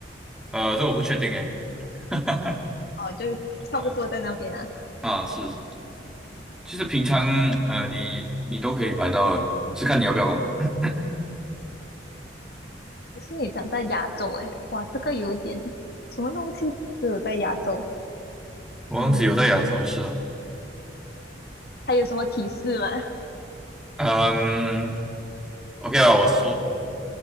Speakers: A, in the centre; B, on the left (about 55°).
A: 呃，这我不确定诶。<laughs>
B: 哦，就差不多在那边啊。
A: 啊啊，是是，就是平常呃，你你都可以买到的，是看你要不要吧。
B: 可是你长在亚洲诶，哇，这个有点什么东西只有在亚洲？
A: 我王子有在亚洲是啊，
B: 嗯，还有什么提示吗？
A: 嗯，OK 啊，我说